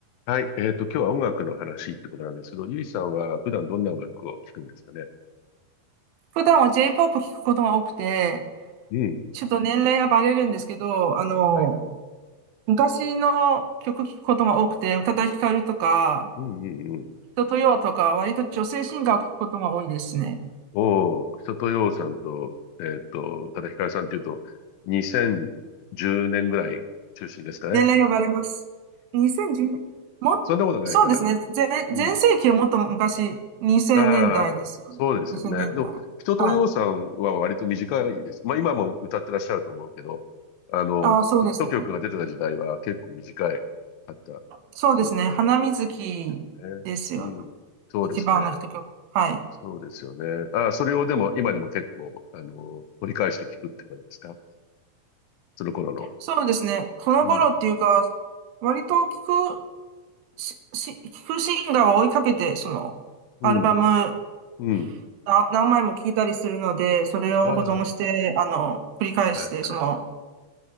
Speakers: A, on the left; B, on the right.
A: はい。えっと、今日は音楽の話ってことなんですけど、ゆいさんは普段どんな音楽を聴くんですかね
B: 普段は J-POP 聞くことが多くて、
A: うん。
B: ちょっと年齢がバレるんですけど、あの、
A: はいはい。
B: 昔の曲聞くことが多くて、宇多田ヒカルとか、
A: うんうんうん。
B: 人とよとか、割と女性シンガーを聞くことが多いですね。
A: おー、とようさんと、えっと、宇多田ヒカルさんっていうと、2010年ぐらい中心ですかね。
B: 年齢がバレます。2010、も、
A: そんなことないかな。
B: そうですね。全、
A: うん。
B: 全盛期はもっと昔、2000年代ですよね。
A: ああ、そうですよね。
B: 2000年代。
A: でも、人とようさんは割と短いです。
B: はい。
A: まあ今も歌ってらっしゃると思うけど、あの、
B: ああ、そうですね。
A: ヒット曲が出てた時代は結構短いかった
B: そうですね。
A: 記憶がありますよね。
B: 花水木ですよね。
A: うん。そうですね。
B: 一番の一曲。はい。
A: そうですよね。ああ、それをでも、今でも結構、あの、掘り返して聞くって感じですかその頃の。
B: そうですね。ほのぼのっていうか、
A: うん。
B: 割と聞くし、し、聞くシンガーを追いかけて、その、
A: うん。
B: アルバム
A: うん。
B: な何枚も聞いたりするので、それを保存して、
A: ああ、は
B: あの、繰り返して、
A: いはい。
B: その、